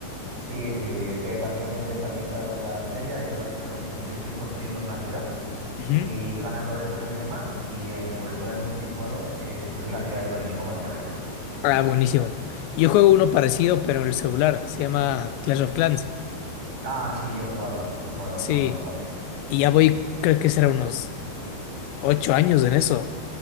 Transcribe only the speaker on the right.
Sí, sí, sí, es de básicamente está ambientado en la Edad Media y es básicamente tienes que ir construyendo una ciudad
e ir ganando recursos y demás y en, sobre todo en el multijugador eh, destruir la ciudad de tu enemigo básicamente.
Ah, sí, yo he jugado, he jugado,
he jugado, he jugado.